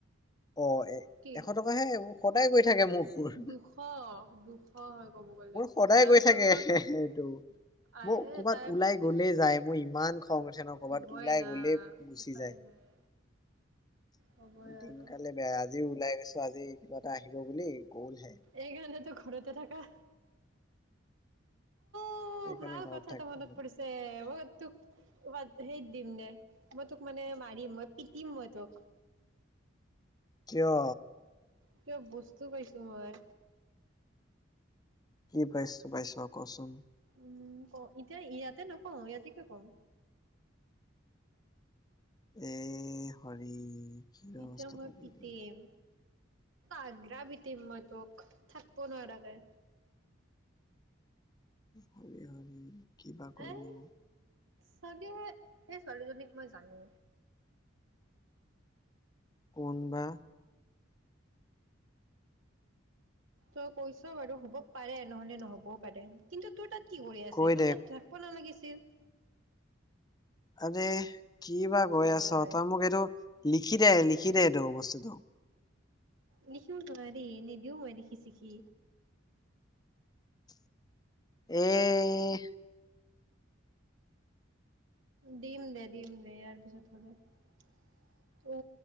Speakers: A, on the left (about 20°); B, on the right (about 90°).
A: অ এ
B: কি
A: এশ টকা হে সেইবোৰ কটাই কৈছে থাকে মোক মোৰ।
B: দুশ দুশ হয় ক'ব গ'লে
A: সদায়
B: তাৰপিছত
A: গৈ থাকে
B: মোৰ
A: এইটো
B: আৰে
A: মই ক'বাত
B: তাৰ
A: ওলাই
B: পিছত
A: গলে যায় মোৰ ইমান খং উঠে ন ক'ৰবাত
B: হ'বই
A: ওলাই
B: না
A: গলে গুচি
B: উপায়
A: যায়।
B: নাই হ'বই
A: দিনকালে
B: আৰু
A: বেয়া আজিও ওলাই গৈছে আজি কিবা এটা আহিব বুলি গ'লহে
B: এইখণতে তো ঘৰতে থাকা অ
A: সেইকাৰণে
B: ভাল
A: ঘৰত
B: কথাটো
A: থাকি
B: মনত পৰিছে, বহুত তোক হেইত দিম নে মই তোক মানে মাৰিম মই পিটম মই তোক।
A: কিয়
B: কিবা বস্তু পাইছো মই।
A: কি পাইছ পাইছ কচোন?
B: উম ক এতিয়া ইয়াতে নকওঁ ইয়াতে কিয় কম?
A: এ হৰি। কি
B: ইতিয়া
A: অৱস্থা
B: মই
A: পালি
B: পিতিম
A: তই?
B: আগ্ৰা পিটিম মই তোক থাকব নোৱাৰাকে
A: হৰি হৰি কিবা কৰিলো
B: এই
A: মই
B: চাগে সেই ছোৱালীজনীক মই জানো
A: কোনবা
B: তই কৈছ বাৰু হ'ব পাৰে নহলে নহ'বও পাৰে কিন্তু তোৰ তাত কি কৰি আছে
A: কৈ
B: তোৰ
A: দে
B: তাত থাকিব নালাগিছে তিন
A: আৰে কি বা কৈ আছ
B: হয়
A: তই মোক এইটো লিখি দে লিখি দে এটো বস্তু দ্ধ
B: নিখিও নহয় দেই নিদিও মই লিখি ছিখি
A: এহহ
B: দিম দে দিম দে ইয়াৰ পিছত হব অ